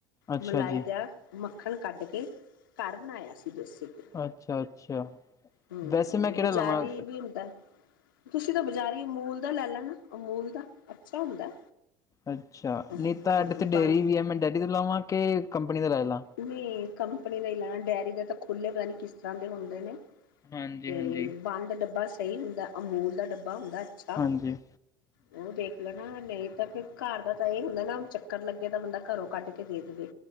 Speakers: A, on the left (about 30°); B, on the left (about 80°).
A: ਅੱਛਾ
B: ਮਲਾਈ
A: ਜੀ
B: ਦਾ ਮੱਖਣ ਕੱਢ ਕੇ ਘਰ ਬਣਾਇਆ ਸੀ ਦੇਸੀ ਘਿਉ।
A: ਅੱਛਾ ਅੱਛਾ
B: ਹੂ
A: ਵੈਸੇ ਮੈਂ ਕਿਹੜਾ
B: ਬਜ਼ਾਰੀ
A: ਲਵਾਂ
B: ਵੀ ਹੁੰਦਾ, ਤੁਸੀਂ ਤਾਂ ਬਜ਼ਾਰੀ ਅਮੂਲ ਦਾ ਲੈ ਲੈਣਾ। ਅਮੂਲ ਦਾ ਅੱਛਾ ਹੁੰਦਾ।
A: ਅੱਛਾ,
B: ਹਾਂ
A: ਨਹੀਂ ਤਾਂ ਅਡ ਤੇ
B: ਬਣ
A: ਡੇਅਰੀ ਵੀ ਹੈ। ਮੈਂ ਡੇਅਰੀ ਤੋਂ ਲਵਾ ਕੇ ਕੰਪਨੀ ਦਾ ਲੈ ਲਾਂ।
B: ਨੀ, ਕੰਪਨੀ ਦਾ ਹੀ ਲੈਣਾ। ਡੇਅਰੀ ਦੇ ਤਾਂ ਖੁੱਲ੍ਹੇ ਪਤਾ ਨੀ ਕਿਸ ਤਰ੍ਹਾਂ ਦੇ ਹੁੰਦੇ ਨੇ।
A: ਹਾਂਜੀ
B: ਤੇ
A: ਹਾਂਜੀ।
B: ਬੰਦ ਡੱਬਾ ਸਹੀ ਹੁੰਦਾ, ਅਮੂਲ ਦਾ ਡੱਬਾ ਹੁੰਦਾ। ਅੱਛਾ,
A: ਹਾਂਜੀ
B: ਉਹ ਦੇਖ ਲੈਣ। ਨਹੀਂ ਤਾਂ ਫਿਰ ਘਰ ਦਾ ਤਾਂ ਅਹੀ ਹੁੰਦਾ ਨਾ? ਹੁਣ ਚੱਕਰ ਲੱਗੇ ਤਾਂ ਬੰਦਾ ਘਰੋਂ ਕੱਢ ਕੇ ਦੇ ਦੇਵੇ